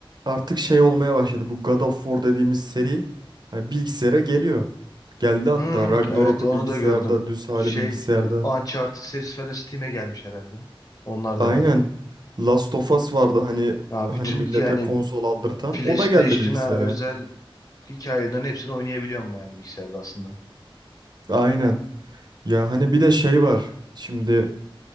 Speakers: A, on the right; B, on the left.
A: artık şey olmaya başladı. Bu God of War dediğimiz seri hani bilgisayara geliyor. Geldi hatta
B: Hmm,
A: Ragnarok'u
B: evet onu
A: bilgisayarda,
B: da gördüm.
A: düz hali
B: Şey
A: bilgisayarda.
B: Uncharted serisi falan Steam'e gelmiş herhalde. Onlar
A: Aynen.
B: da gelmiş.
A: Last of
B: Hı.
A: Us vardı hani
B: Ya
A: hani
B: bütün
A: millete
B: yani
A: konsol aldırtan.
B: PlayStation'a
A: O da geldi bilgisayara.
B: özel hikayelerin hepsini oynayabiliyorum yani bilgisayarda aslında.
A: Aynen. Ya hani bir de şey var. Şimdi